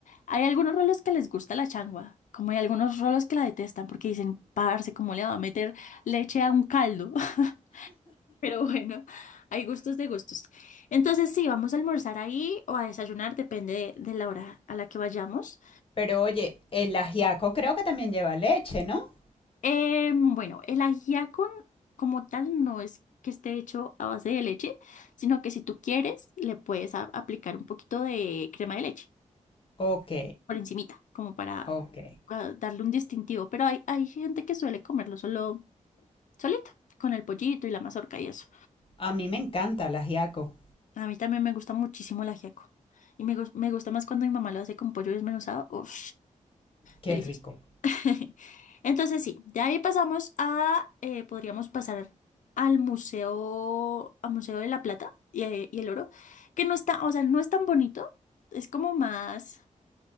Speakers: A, on the left; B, on the left.
A: hay algunos rolos que les gusta la changua, como hay algunos rolos que la detestan porque dicen, parce, ¿cómo le va a meter leche a un caldo? <laughs> Pero bueno, hay gustos de gustos. Entonces sí, vamos a almorzar ahí o a desayunar, depende de, de la hora a la que vayamos.
B: Pero oye, el ajiaco creo que también lleva leche, ¿no?
A: Eh, bueno, el ajiaco como tal no es que esté hecho a base de leche, sino que si tú quieres, le puedes a- aplicar un poquito de crema de leche.
B: Ok,
A: por encimita, como para
B: ok.
A: ah, darle un distintivo. Pero hay, hay gente que suele comerlo solo, solito, con el pollito y la mazorca y eso.
B: A mí me encanta el ajiaco.
A: A mí también me gusta muchísimo el ajiaco. Y me, gus- me gusta más cuando mi mamá lo hace con pollo desmenuzado. Uff,
B: Qué
A: delicioso.
B: rico.
A: <laughs> Entonces sí, de ahí pasamos a, eh, podríamos pasar al museo, al Museo de la Plata y, eh, y el Oro, que no está, o sea, no es tan bonito, es como más...